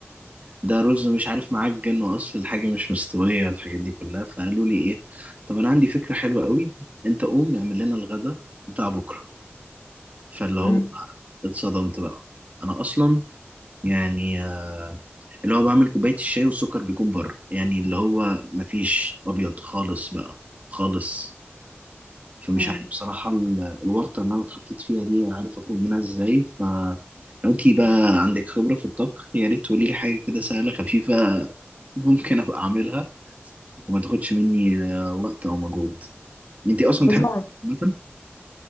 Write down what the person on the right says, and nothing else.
ده رز مش عارف معجن واصل الحاجه مش مستويه الحاجات دي كلها فقالوا لي ايه طب انا عندي فكره حلوه قوي انت قوم اعمل لنا الغدا بتاع بكره فاللي هو
اتصدمت بقى انا اصلا يعني آه، اللي هو بعمل كوبايه الشاي والسكر بيكون بره يعني اللي هو مفيش ابيض خالص بقى خالص فمش
عارف بصراحه ال- الورطه اللي انا اتحطيت فيها دي عارف اخرج منها ازاي ف لو انتي بقى عندك خبره في الطبخ يا ريت تقولي لي حاجه كده سهله خفيفه ممكن ابقى اعملها وما تاخدش مني آه، وقت او مجهود انت اصلا
تحب
مثلا